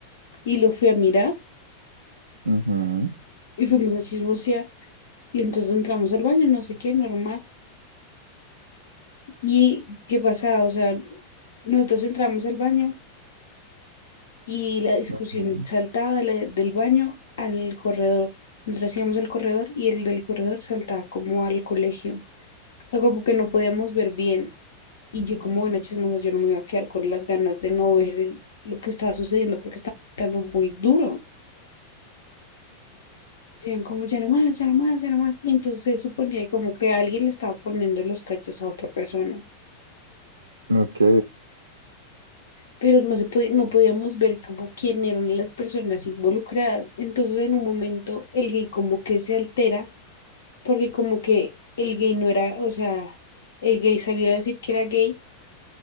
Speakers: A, on the left; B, on the right.
A: y lo fui a mirar
B: Ujú,
A: y fuimos a chismosear. Y entonces entramos al baño, no sé qué, normal. ¿Y qué pasaba? O sea, nosotros entramos al baño y la discusión
B: ujú,
A: saltaba de la- del baño al corredor. Nosotros íbamos al corredor y el del corredor saltaba como al colegio. sea, como que no podíamos ver bien. Y yo como buena chismosa, yo no me iba a quedar con las ganas de no ver el- lo que estaba sucediendo porque estaba picando muy duro. Decían como, ya no más, ya no más, ya no más. Y entonces se suponía como que alguien le estaba poniendo los cachos a otra persona.
B: ujú. Ok.
A: Pero no se podía, no podíamos ver como quién eran las personas involucradas. Entonces en un momento el gay como que se altera porque como que el gay no era, o sea, el gay salió a decir que era gay